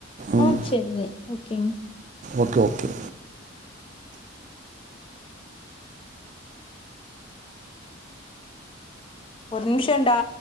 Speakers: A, on the right (about 40°); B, on the left (about 25°).
A: ம்
B: ஆ செரிங்க ஓகேங்க
A: ஓகே ஓகே
B: ஒரு நிமிஷொன்டா